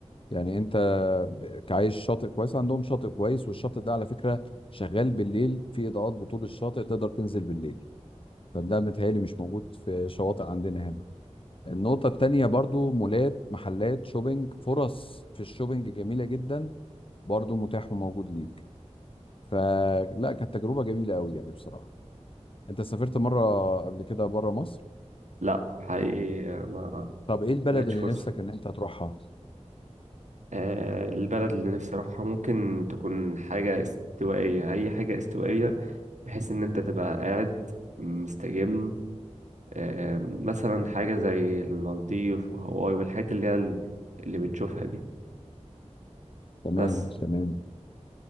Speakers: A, on the left (about 45°); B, on the right (about 80°).
A: يعني انت ب- عايش شاطئ كويس عندهم شاطئ كويس والشاطئ ده على فكرة شغال بالليل في اضاءات بطول الشاطئ تقدر تنزل بالليل فده متهيألي مش موجود في شواطئ عندنا هنا النقطة التانية برضو مولات محلات شوبينج فرص في الشوبينج جميلة جدا برضو متاح وموجود ليك فلا كانت تجربة جميلة قوي يعني بصراحة انت سافرت مرة قبل كده بره مصر
B: لا حقيقي ما
A: طب ايه البلد
B: ما جاتش
A: اللي
B: فرصة
A: نفسك ان انت تروحها
B: آه، البلد اللي نفسي اروحها ممكن تكون حاجة استوائية اي حاجة استوائية بحيث ان انت تبقى قاعد مستجم آم، مثلا حاجة زي المالديف وهاواي والحاجات اللي هي ال- اللي بنشوفها دي
A: تمام
B: بس
A: تمام